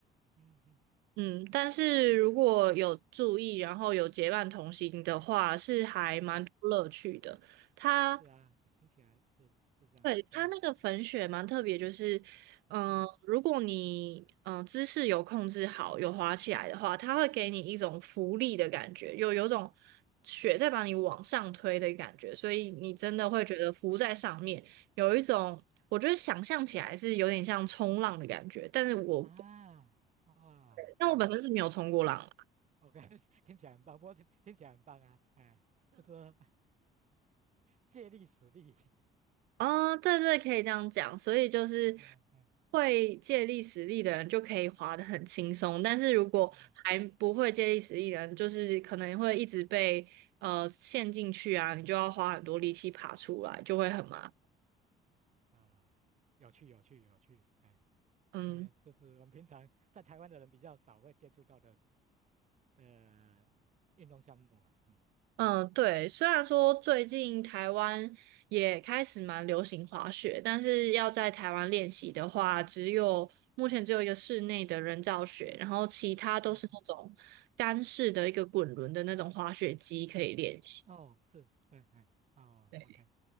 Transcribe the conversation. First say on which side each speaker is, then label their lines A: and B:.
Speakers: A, on the right; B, on the right.
A: 嗯嗯，嗯
B: 嗯，但是如果有注意，然后有结伴同行的话，是还蛮多乐趣的。
A: 对。
B: 它
A: 是啊，听起来是是这样的，
B: 对，它那个粉雪蛮特别，
A: 嗯
B: 就是，嗯、
A: 嗯
B: 如果你嗯、呃姿势有控制好，有滑起来的话，它会给你一种浮力的感觉，有有种雪在把你往上推的感觉，所以你真的会觉得浮在上面，有一种我觉得想象起来是有点像冲浪的感觉，但是我
A: 啊，哇，
B: 但我本身是没有冲过浪啊
A: 哎，OK，<laughs> 听起来很棒，不过听听起来很棒啊，哎，就是借力使力，<laughs>
B: 哦，对对，可以这样讲。所以就是
A: 哎哎
B: 会借力使力的人就可以滑得很轻松，但是如果还不会借力使力的人，
A: 嗯
B: 就是可能会一直被呃陷进去啊，你就要花很多力气爬出来，就会很麻烦
A: 啊，有趣有趣有趣，哎
B: 嗯。
A: 嗯，这是我们平常在台湾的人比较少会接触到的的运动项目啊，嗯
B: 嗯，对，虽然说最近台湾也开始蛮流行滑雪，但是要在台湾练习的话，只有目前只有一个室内的人造雪，然后其他都是那种干式的一个滚轮的那种滑雪机可以练习。
A: 嗯嗯，哦，是对，哎哦，OK，
B: 对，